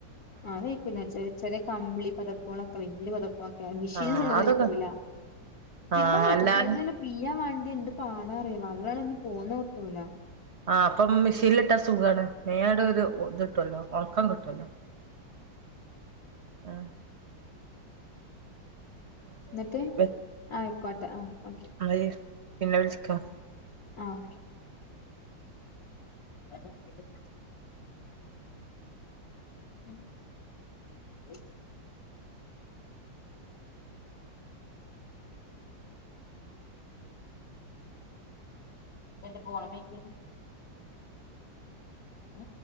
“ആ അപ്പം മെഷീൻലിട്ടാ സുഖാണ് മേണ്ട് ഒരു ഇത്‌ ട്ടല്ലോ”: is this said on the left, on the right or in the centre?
Right